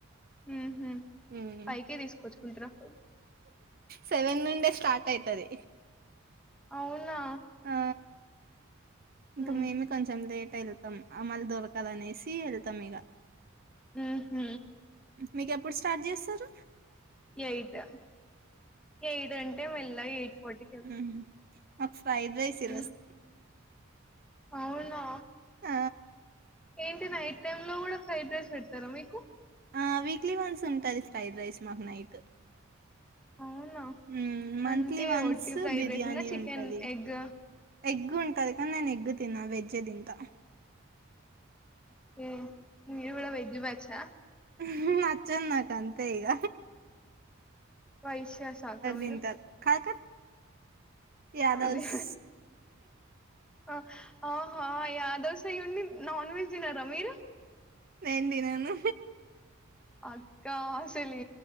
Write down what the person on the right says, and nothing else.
ఉమ్
సెవెన్ నుండే స్టార్ట్ అయితది
ఆ ఇంకా
మేమే కొంచెం లేటెళ్తాం మళ్ళీ దొరకదని సీవెలుతాం ఇగా
మీకెప్పుడు స్టార్ట్ చేస్తరు
హ్మ్ అప్స్ ఫ్రైడ్ రైస్ ఈరోజ్
ఆ
ఆ వీక్లీ వన్స్ ఉంటది ఫ్రైడ్ రైస్ మాకు నైట్
హ్మ్ మంత్లీ
వన్స్
బిర్యానీ
ఉంటది
ఎగ్ ఉంటది కానీ నేన్ ఎగ్ ఎగ్ తినా వెజే తింట
ఉహూ నచ్చదు నాక్ అంతే ఇగ
తింటారు కాక యాదవ్స్
నేను తినను